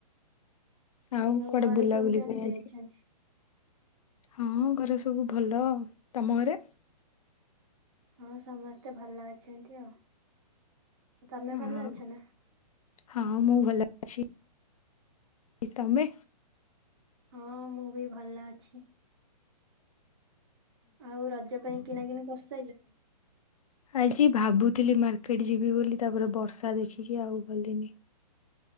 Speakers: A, on the left; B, on the right.
A: ଆଉ କୂଆଡେ
B: ଘରେ
A: ବୁଲାବୁଲି
B: ସବୁ କେମିତି
A: ପାଇଁ ଆଜି
B: ଅଛନ୍ତି?
A: ହଁ ଘରେ ସବୁ ଭଲ ଉ ତମ ଘରେ?
B: ହଁ ସମସ୍ତେ ଭଲ ଅଛନ୍ତି ଆଉ। ତମେ
A: ଆଉ
B: ଭଲ ଅଛ ନା?
A: ହଁ ମୁଁ ଭଲ ଅଛି ତମେ?
B: ହଁ ମୁଁ ବି ଭଲ ଅଛି। ଆଉ ରଜ ପାଇଁ କିଣା କିିଣି କରିସାରିଲନି?
A: ଆଜି ଭାବୁଥିଲି ମାର୍କେଟ ଯିବି ବୋଲି ତାପରେ ବର୍ଷା ଦେଖିକି ଆଉ ଗଲିନି।